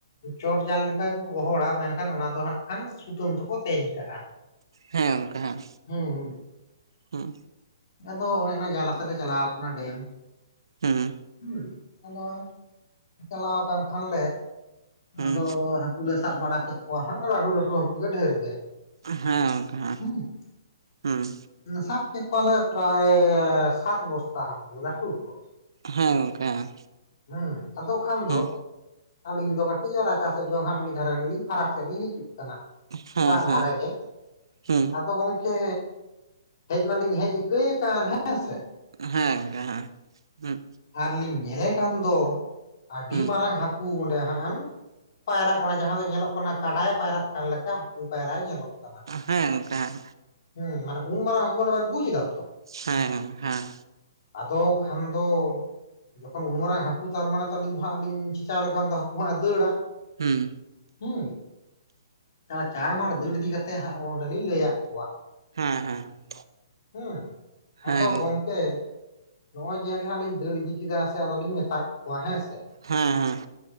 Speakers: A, on the left (about 55°); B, on the right (about 80°).
A: ᱪᱚᱴ ᱡᱟᱞ ᱞᱮᱠᱟ ᱜᱮᱠᱚ ᱜᱚᱦᱚᱲᱟ ᱢᱮᱱᱠᱷᱟᱱ ᱚᱱᱟ ᱫᱚ ᱦᱟᱸᱜ ᱠᱷᱟᱱ ᱥᱩᱛᱟᱹᱢ ᱛᱮᱠᱚ ᱛᱮᱹᱧ ᱠᱟᱜᱼᱟ ᱾
B: ᱦᱮᱸ ᱜᱚᱢᱠᱮ ᱦᱮᱸ
A: ᱦᱩᱸ ᱦᱩᱸ
B: ᱦᱩᱸ
A: ᱟᱫᱚ ᱚᱱᱮ ᱚᱱᱟ ᱡᱟᱞᱟᱜ ᱞᱮ ᱪᱟᱞᱟᱣ ᱠᱟᱱᱟ ᱰᱮᱢᱼᱼ
B: ᱦᱩᱸ
A: ᱦᱮᱸ ᱟᱫᱚ ᱪᱟᱞᱟᱣ ᱟᱠᱟᱱ ᱠᱷᱟᱱᱞᱮᱼᱼ
B: ᱦᱩᱸ
A: ᱟᱫᱚ ᱦᱟᱹᱠᱩ ᱞᱮ ᱥᱟᱵ ᱵᱟᱲᱟ ᱠᱮᱫ ᱠᱚᱣᱟ ᱦᱟᱸᱜ ᱞᱟᱹᱴᱩ ᱞᱟᱹᱴᱩ ᱦᱟᱠᱩ ᱜᱮ ᱰᱷᱮᱨ ᱜᱮᱼᱼ
B: ᱦᱮᱸ ᱜᱚᱢᱠᱮ ᱦᱮᱼᱼ
A: ᱦᱩᱸᱼᱼ
B: ᱦᱮᱸ
A: ᱥᱟᱯ ᱠᱮᱠ ᱯᱟᱞᱮ ᱯᱨᱟᱭ ᱥᱟᱛ ᱵᱚᱥᱛᱟ ᱦᱟᱹᱠᱩ ᱞᱟᱹᱴᱤ ᱦᱟᱹᱠᱩ ᱠᱚᱼᱼ
B: ᱦᱮᱸᱼᱼ ᱜᱚᱢᱠᱮ ᱦᱮᱸ
A: ᱦᱮᱸ ᱟᱫᱚ ᱠᱷᱟᱱ
B: ᱦᱩᱸ
A: ᱫᱚ ᱟᱹᱞᱤᱧ ᱫᱚ ᱠᱟᱹᱴᱤᱡ ᱨᱟᱪᱟ ᱥᱮᱫ ᱡᱚᱝ ᱦᱟᱸᱜ ᱢᱤᱫ ᱫᱷᱟᱨᱮ ᱞᱤᱧ ᱯᱷᱟᱨᱟᱠ ᱥᱮᱫ ᱞᱤᱧ ᱦᱤᱡᱩᱜ ᱠᱟᱱᱟ᱾
B: ᱦᱮᱸ
A: ᱫᱟᱜ
B: ᱦᱮᱸ
A: ᱫᱷᱟᱨᱮ ᱜᱮ
B: ᱦᱩᱸ
A: ᱟᱫᱚ ᱜᱚᱢᱠᱮ ᱦᱮᱡ ᱢᱟᱞᱤᱧ ᱦᱮᱡ ᱟᱹᱤᱠᱟᱹ ᱟᱠᱟᱱ ᱦᱮᱸ ᱥᱮ
B: ᱦᱮᱸ ᱦᱮᱸ ᱦᱩᱸ
A: ᱟᱨᱞᱤᱧ ᱧᱮᱞᱮ ᱠᱟᱱᱟᱱ ᱫᱚ ᱟᱹᱰᱤ
B: ᱦᱩᱸ
A: ᱢᱟᱨᱟᱝ
B: ᱦᱮᱸ ᱜᱚᱝᱠᱮ
A: ᱦᱟᱹᱠᱩ ᱚᱸᱰᱮ ᱦᱟᱸᱜᱼᱼ ᱯᱟᱭᱨᱟᱜ ᱠᱟᱱᱟ ᱡᱟᱦᱟᱸ ᱫᱚ ᱧᱮᱞᱚᱜ ᱠᱟᱱᱟ ᱠᱟᱰᱟᱭ ᱯᱟᱭᱨᱟᱜ ᱠᱟᱱ ᱞᱮᱠᱟ ᱦᱟᱠᱩ ᱯᱟᱭᱨᱟᱭ ᱧᱮᱞᱚᱜ ᱠᱟᱱᱟ᱾
B: ᱦᱮᱸ ᱜᱚᱝᱠᱮ ᱦᱮᱸ
A: ᱦᱩᱸ ᱢᱟᱱᱮ ᱩᱱ ᱢᱟᱨᱟ ᱦᱟᱹᱠᱩ ᱢᱟᱱᱮ ᱵᱮᱱ ᱵᱩᱡ ᱫᱚ
B: ᱦᱮᱸ ᱦᱮᱸ ᱦᱮᱸ
A: ᱟᱫᱚ ᱠᱷᱟᱱ ᱫᱚᱼᱼ ᱡᱚᱠᱷᱚᱱ ᱩᱱᱢᱟᱝ ᱦᱟᱹᱠᱩ ᱛᱟᱨᱢᱟᱱᱮᱞᱤᱧ ᱫᱚ ᱦᱜ ᱞᱤᱧ ᱪᱮᱤᱠᱠᱟᱣ ᱞᱮᱠᱷᱟᱱ ᱫᱚ ᱦᱟᱹᱠᱩ ᱦᱟᱸᱜ ᱮ ᱫᱟᱹᱲᱟ
B: ᱦᱮᱸ
A: ᱦᱩᱸ ᱛᱟᱦᱮ ᱪᱟᱟᱲ ᱢᱟᱟᱲ ᱫᱟᱹᱲ ᱤᱫᱤ ᱠᱟᱛᱮᱜ ᱦᱟᱸᱜ ᱚᱸᱰᱮᱞᱤᱧ ᱞᱟᱹᱭᱟᱫ ᱠᱚᱣᱟ᱾
B: ᱦᱮᱸ ᱦᱮᱸ᱾
A: ᱦᱮᱸ
B: ᱦᱮᱸ
A: ᱟᱫᱚ ᱜᱚᱝᱠᱮᱼᱼ ᱱᱚᱜᱼᱚᱭ ᱡᱮ ᱱᱟᱦᱜ ᱞᱤ ᱫᱟᱹᱲ ᱤᱫᱤ ᱠᱮᱫᱟ ᱥᱮ ᱟᱫᱚᱚᱞᱤᱧ ᱢᱮᱛᱟ ᱠᱚᱣᱟ ᱦᱮᱸ ᱥᱮ,
B: ᱦᱮᱸ ᱦᱮᱸ